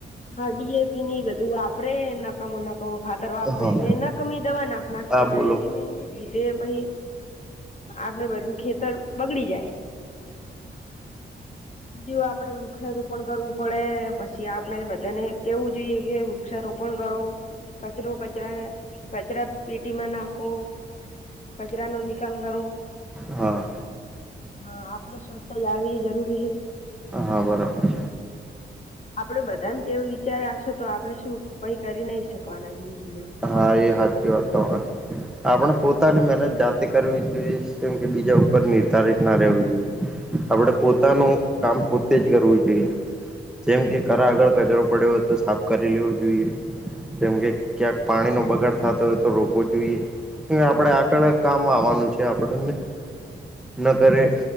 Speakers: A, on the left (about 40°); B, in the centre.
A: હા ડીએપી ની એ બધું વાપરે નકામો નકામો ખાતર વાપરે
B: હા
A: ને નકામી દવા નાક નાક
B: હા
A: કરે
B: બોલો
A: એ પહિ આપડે બધું ખેતર બગડી જાય બીજું આપડે વૃક્ષારોપણ કરવું પડે પછી આપડે બ બધાને કેવું જોઈએ કે વૃક્ષારોપણ કરો. કચરો કચરા કચરાપેટીમાં નાખો. કચરાનો નિકાલ કરો.
B: હા
A: હા આપણે સ્વચ્છતા જાળવી જરૂરી હે
B: હા બરાબર
A: આપડે બધાન જેવું વિચાર રાખશો તો આપણે શું કઈ કરી નહી શકવાના જિંદગીમાં
B: હા એ હાચી વાત તમારી આપણે પોતાની મહેનત જાત જાતે કરવી જોઈએ કેમ કે બીજા ઉપર નિર્ધારિત ના રહેવું જોઈએ, આપણે પોતાનું કામ પોતે જ કરવું જોઈએ જેમ કે ઘેર આગળ કચરો પડ્યો હોય તો સાફ કરી લેવો જોઈએ જેમ કે ક્યાંક પાણી નો બગાડ થાતો હોય તો રોકવો જોઈએ કે આપણે આગળ કામ આવવાનું છે આપડને ન કરે